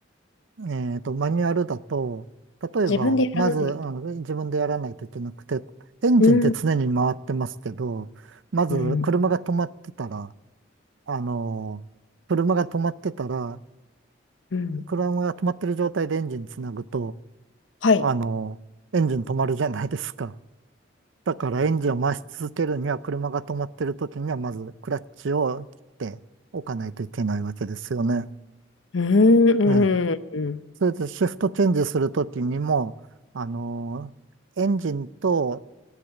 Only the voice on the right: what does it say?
えっと、マニュアルだと、例えば、
まず、あの自分でやらないといけなくて、エンジンって常に回ってますけど、
まず、
車が止まってたら、あの車が止まってたら、
車が止まってる状態でエンジンつなぐと、
あのエンジン止まるじゃないですか。だから、エンジンを回し続けるには、車が止まってる時には、まず、クラッチを切っておかないといけないわけですよね。
ええ
それでシフトチェンジするときにも、あのエンジンと、